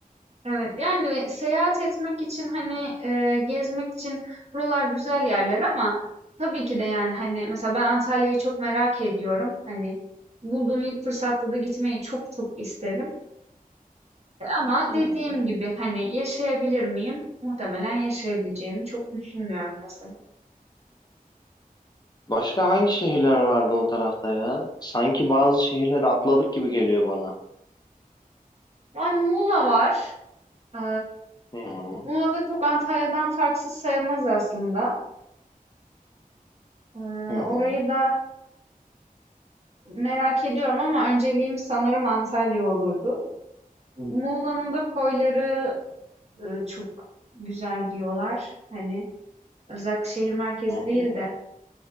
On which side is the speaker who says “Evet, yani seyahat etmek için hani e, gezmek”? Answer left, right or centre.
Right